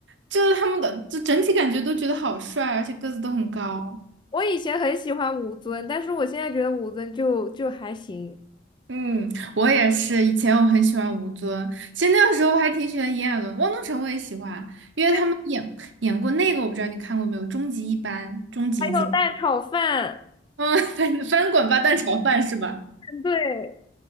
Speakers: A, on the right (about 75°); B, on the left (about 25°).
A: 就是他们的，就整体感觉都觉得好帅，而且个子都很高。
B: 我以前很喜欢吴尊，但是我现在觉得吴尊就就还行。
A: 嗯，我也是，以前我很喜欢吴尊，其实那个时候还挺喜欢炎亚纶、汪东城，我也喜欢，因为他们演演过那个，
B: 喂
A: 我不知道你看过没有，《终极一班》《终极一姐》，
B: 还有蛋炒饭，
A: 嗯，<laughs> 正翻滚吧蛋炒饭是吧？
B: 对